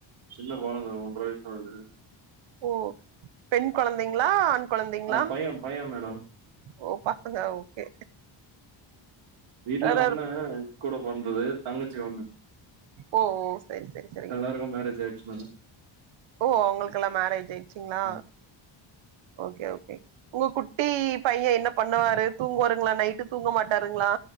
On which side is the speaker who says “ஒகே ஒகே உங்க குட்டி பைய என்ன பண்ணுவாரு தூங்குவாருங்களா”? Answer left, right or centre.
Right